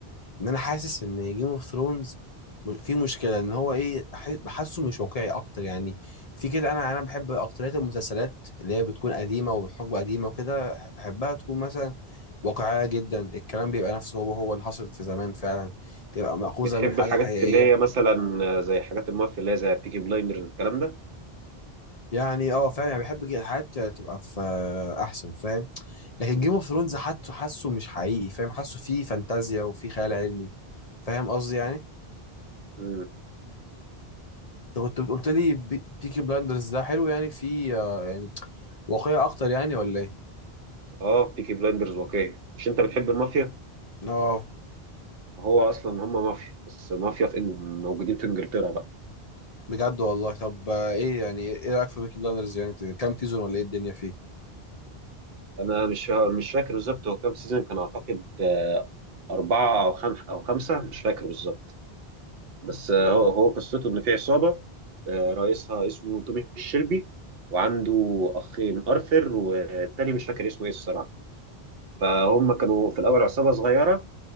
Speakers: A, on the left; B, on the right.
A: ان انا حاسس ان جيم اوف ثرونز في مشكله ان هو ايه أح- بحسه مش واقعي اكتر يعني في كده انا انا بحب اكتريه المسلسلات اللي هي بتكون قديمه وبحجم قديمه وكده بحبها تكون مثلا واقعيه جدا الكلام بيبقى نفسه هو هو اللي حصلت في زمان فعلا تبقى مأخوذه
B: بتحب
A: من حاجه
B: الحاجات
A: حقيقيه
B: اللي هي مثلا زي حاجات المافيا اللي هي زي بيكي بلايندرز والكلام ده
A: يعني اه فاهم يعني بحب جي- الحاجات تبقى في احسن فاهم لكن جيم اوف ثرونز حتى حاسه مش حقيقي فاهم حاسه فيه فانتازيا وفيه خيال علمي فاهم قصدي يعني
B: امم
A: انت كنت قلت لي بيكي بلاندرز ده حلو يعني فيه آه، يعني واقعية اكتر يعني ولا ايه
B: اه بيكي بلايندرز واقعي مش انت بتحب المافيا
A: اه
B: هو اصلا هم مافيا بس مافيا في إن- موجودين في انجلترا بقى
A: بجد والله طب آه، ايه يعني ايه رايك في بيكي بلاندرز يعني كام سيزون ولا ايه الدنيا فيه
B: انا مش مش فاكر بالظبط هو كام سيزون كان اعتقد اربعة او خمسة او خمسة مش فاكر بالظبط بس آه، هو هو قصته ان في عصابه آه، رئيسها اسمه تومي الشلبي وعنده اخين ارثر والتاني مش فاكر اسمه ايه الصراحه فهم كانوا في الاول عصابه صغيره